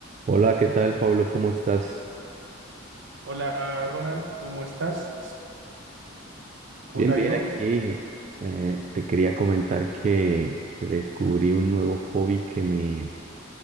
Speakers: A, on the right (about 35°); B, on the right (about 65°).
A: Hola, ¿qué tal, Pablo? ¿Cómo estás?
B: Hola Ronald, ¿cómo estás? ¿Cómo
A: Bien,
B: te ha
A: bien,
B: ido?
A: aquí eh, te quería comentar que, que descubrí un nuevo hobby que me,